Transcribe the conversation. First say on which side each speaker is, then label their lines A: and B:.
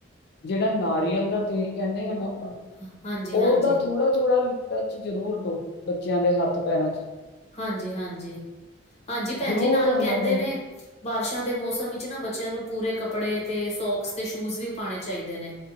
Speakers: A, on the left; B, on the left.
A: ਜਿਹੜਾ ਨਾਰੀਅਲ ਦਾ ਤੇਲ ਕਹਿੰਨੇ ਆ ਨਾ ਆਪਾਂ
B: ਹਾਂ- ਹਾਂਜੀ ਹਾਂਜੀ
A: ਉਹਦਾ ਥੋੜ੍ਹਾ ਥੋੜ੍ਹਾ ਟਚ ਜ਼ਰੂਰ ਦੋ ਬੱਚਿਆਂ ਦੇ ਹੱਥ ਪੈਰਾਂ ਚ
B: ਹਾਂਜੀ ਹਾਂਜੀ ਹਾਂਜੀ ਭੈਨ
A: ਜ਼ਰੂਰ
B: ਜੀ ਨਾਲ
A: ਉਹਨਾਂ
B: ਕਹਿੰਦੇ
A: ਦੇ
B: ਨੇ ਬਾਰਿਸ਼ਾਂ ਦੇ ਮੌਸਮ ਵਿਚ ਨਾ ਬੱਚਿਆਂ ਨੂੰ ਪੂਰੇ ਕੱਪੜੇ ਤੇ ਸੋਕਸ ਤੇ ਸ਼ੂਜ ਵੀ ਪਾਣੇ ਚਾਹੀਦੇ ਨੇ